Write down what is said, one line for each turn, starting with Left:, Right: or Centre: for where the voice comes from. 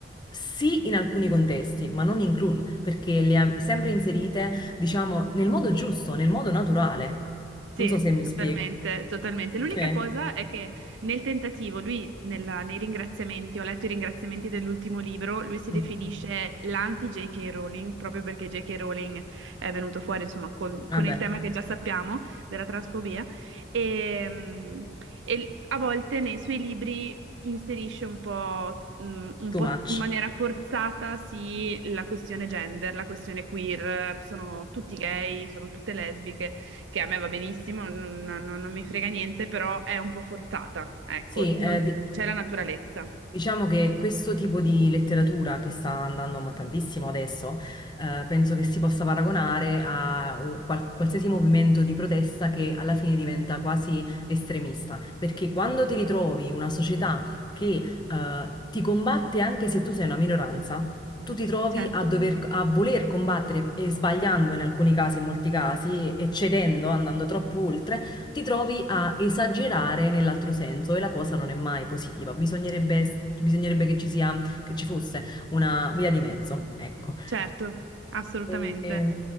Left: Sì, in alcuni contesti, ma non in clown, perché le ha sempre inserite, diciamo, nel modo giusto, nel modo naturale.
Right: sì,
Left: Non so se mi
Right: totalmente,
Left: spiego.
Right: totalmente.
Left: Ok.
Right: L'unica cosa è che nel tentativo, lui nella- nei ringraziamenti, ho letto i ringraziamenti dell'ultimo libro, lui si definisce
Left: Mm,
Right: l'anti-J.K. Rowling, proprio perché J.K. Rowling è venuto fuori, insomma, con,
Left: Vabbè,
Right: con il tema che già sappiamo della transfobia. E, mm, e a volte nei suoi libri inserisce un po', mm, un
Left: too
Right: po'
Left: much.
Right: in maniera forzata, sì, la questione gender, la questione queer, sono tutti gay, sono tutte lesbiche. che a me va benissimo, non, non- non mi frega niente, però è un po' forzata, ecco,
Left: Sì, eh,
Right: non
Left: di-
Right: c'è la naturalezza.
Left: Diciamo che questo tipo di letteratura che sta andando ma tantissimo adesso, eh, penso che si possa paragonare a un qual- qualsiasi movimento di protesta che alla fine diventa quasi estremista, perché quando ti ritrovi una società che, eh, ti combatte anche se tu sei una minoranza, tu ti trovi
Right: Certo,
Left: a dover, a voler combattere e sbagliando in alcuni casi, in molti casi, e cedendo, andando troppo oltre ti trovi a esagerare nell'altro senso e la cosa non è mai positiva. Bisognerebbe, bisognerebbe che ci sia, che ci fosse una via di mezzo, ecco.
Right: certo, assolutamente.
Left: E-